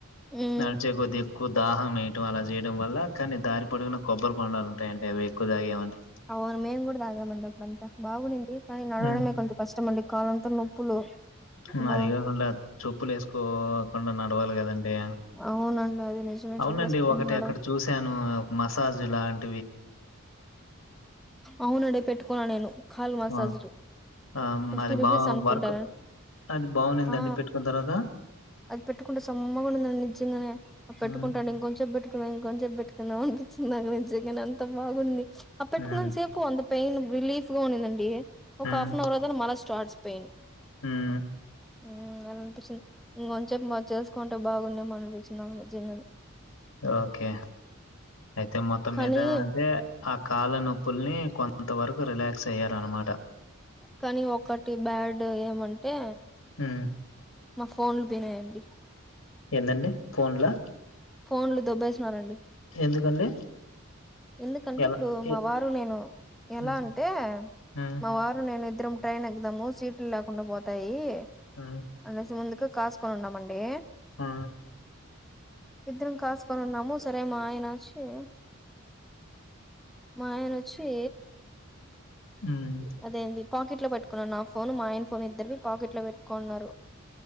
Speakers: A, in the centre; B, on the left (about 75°).
A: మ్మ్
B: నాడిచే కొద్ది ఎక్కువ దు దాహం వేయటం అలా చేయడం వల్ల కానీ దారి పొడుగునా కొబ్బరి బోండాలు ఉంటాయండి. అవి ఎక్కువ తాగామండి
A: అవును మేం కూడా తాగా మంది అప్పుడంతా బాగు నింది కానీ నడవడమే
B: హ్మ్.
A: కొంచం కష్టం అండి కాలంత నొప్పులు
B: మాదిగ
A: బా
B: కుండ చోప్పులు వేసుకో నడవాలి కదండీ
A: అవునండి అది నిజమే
B: అవునండి
A: చెప్పులేసుకున్నాడు
B: ఒకటి అక్కడ చూశాను ఒక మస స్విట్జిల్యాండ్ <inaudible>
A: అవునడే పెట్టుకున్నా నేను కాల్ మసాజ్
B: ఆ ఆ!
A: ఫిఫ్టీ
B: అది
A: రూపీస్
B: బా
A: అనుకుంటాన
B: వర్క్ అది బాగునిందండి
A: ఆ
B: పెట్టుకున్న తర్వాత
A: అది పెట్టుకుంటే సమ్మగా నిజంగానే పెట్టుకు
B: హ్మ్
A: ఉంటానుకొంచెం పెట్టుకునె హ్మ్ ఇంక కొంచెపు పెట్టుకుందాం అనిపించింది నా గురించి నేను అంత బాగుంది అ పెట్కున్నాంత
B: హ్మ్
A: సేపు అంత పెయిన్ రిలీఫ్ గా ఉనిందండి ఒక
B: హ్మ్
A: హఫ్న్ అర్ అదా మ స్టార్ట్ పెయిన్
B: హ్మ్
A: హ్మ్ అలా అనిపించింది ఇంకొంచేప్ చేసుకుంటే బాగున్నామో అనిపించిందాం నాకు నిజంగాని
B: ఓకే అయితే మొత్తం
A: కానీ
B: మీద అంటే ఆ కాళ్ళ నొప్పుల్ని కొంత వరకు రిలాక్స్ అయ్యార అనమాట
A: కానీ ఒకటి బ్యాడ్ ఏమంటే
B: హ్మ్.
A: మా ఫోన్లు పోయినండి
B: ఏందండి ఫోన్లా
A: ఫోన్లు దొబ్బేసినారండి
B: ఎందుకండి?
A: ఎందుకంటే
B: ఎలా?
A: ఇప్పుడు మా
B: ఎ
A: వారు నేను ఎలా
B: హ్మ్.
A: అంటే ఏ
B: హ్మ్.
A: మా వారు నేను ఇద్దరం ట్రైన్ ఎకుదాము సీట్లు లేకుండా పోతాయి
B: హ్మ్.
A: అనెసి ముందుకు కాస్ కొను ఉన్నామండి
B: ఆ
A: ఇద్దరం కాస్ కొనున్నాము సరే మా ఆయన ఏ మాఆయన వచ్చి
B: హ్మ్.
A: అదే ఏంది పాకెట్ లో పట్టుకో నా ఫోన్ మా ఆయన్ ఫోన్ ఇద్దరు పాకెట్ లో పెట్టుకున్నారు